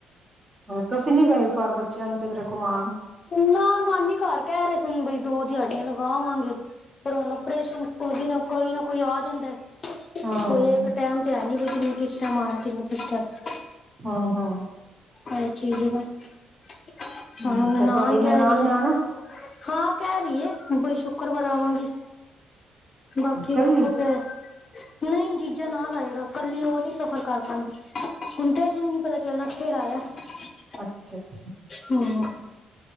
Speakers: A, on the right (about 30°); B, on the left (about 40°).
A: ਤੁਸੀਂ ਨੀ ਗਏ ਇਸ ਵਾਰ ਬੱਚਿਆਂ ਨੂੰ ਕਿੱਧਰੇ ਘਮਾਉਣ
B: ਨਾ ਨਾਨੀ ਘਰ ਕਹਿ ਰਹੇ ਸਨ ਬਈ ਦੋ ਦਿਹਾੜੀਆਂ ਲਗਾਵਾਂਗੇ ਆਪਰੇਸ਼ਨ ਕੋਈ ਨਾ ਕੋਈ ਨਾ ਕੋਈ ਆ ਜਾਂਦਾ
A: ਹੂੰ
B: ਕੋਈ ਇੱਕ ਟਾਂਇਮ, ਤੇ ਹੈ ਨੀ। ਕਿਨੂੰ ਕਿਸ ਟਾਂਇਮ ਆਉਣਾ। ਕਿਨੂੰ ਕਿਸ ਟਾਂਇਮ।
A: ਹੂੰ- ਹੂੰ।
B: ਇਹ ਚੀਜ਼ ਨਾ। ਹੂੰ,
A: ਹੂੰ
B: ਨਨਾਣ
A: ਤੇ ਤੁਹਾਡੀ
B: ਕਹਿ ਰਹੀ ਹੈ।
A: ਨੇ ਆਣਾ?
B: ਹਾਂ, ਕਹਿ ਰਹੀਏ। ਬਈ, ਸ਼ੁੱਕਰਵਾਰ ਆਵਾਂਗੀ। ਬਾਕੀ,
A: ਕੱਲੀ?
B: ਵੇਖੋ ਕੀ। ਨਹੀਂ, ਜੀਜਾ ਨਾਲ ਆਏਗਾ। ਕੱਲੀ ਉਹ ਨਹੀਂ, ਸਫ਼ਰ ਕਰ ਪਾਉਂਦੀ। ਉਹਨੂੰ ਸਟੇਸ਼ਨ ਨਹੀਂ ਪਤਾ ਚੱਲਣਾ ਕੇਧਰ ਆਆ। <unintelligible>
A: ਅੱਛਾ- ਅੱਛਾ।
B: ਹੂੰ।